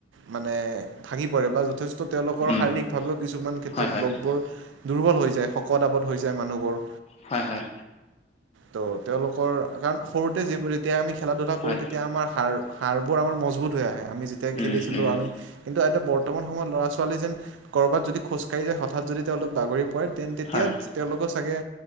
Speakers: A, on the right (about 85°); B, on the left (about 35°).
A: মানে ভাগি পৰে বা য'ত যথেষ্ট তেওঁলোকৰ
B: উম,
A: শাৰীৰিকভাৱেও কিছুমান ক্ষেত্
B: হয়,
A: তাত
B: হয়,
A: লগবোৰ দুৰ্বল হৈ যায়, শকত- আৱত হৈ যায় মানুহবোৰ।
B: হ'য়, হ'য়
A: ত্ তেওঁলোকৰ কাৰণ সৰুতে যিবোৰ এতিয়া আমি খেলা- ধূলা
B: হয়,
A: কৰোঁ তেতিয়া আমাৰ শাৰ হাড়বোৰ আমাৰ মজবুত হৈ আহে। আমি যেতিয়া
B: উম,
A: খেলিছিলো
B: উম,
A: আমি কিন্তু, ইয়াতে বৰ বৰ্তমান সময়ত ল'ৰা -ছোৱালী যেন' কৰবাত যদি খোজ সেই যে হঠাৎ যদি তেওঁলোক বাগৰি পাৰে তে তেতিয়া
B: হয়,
A: তেওঁলোকৰ চাগে